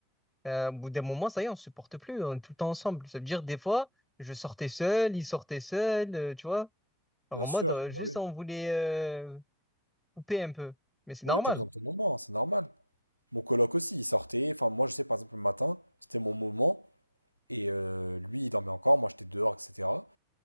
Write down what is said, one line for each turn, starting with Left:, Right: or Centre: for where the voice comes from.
Centre: euh, au bout d'un moment, ça y est, on se supporte plus, on est tout le temps ensemble. Ça veut dire, des fois, je sortais seul, il sortait seul, euh, tu vois. Alors,
Right: Bien
Centre: en
Right: sûr,
Centre: mode, euh, juste
Right: bah oui.
Centre: on voulait euh, couper un peu. Mais c'est normal.
Right: Ouais, t'as besoin de ton moment, c'est normal. Mon coloc aussi, il sortait. Enfin, moi, je sais, par exemple, le matin, c'était mon moment. Et euh, lui, il dormait encore. Moi, j'étais dehors, etc.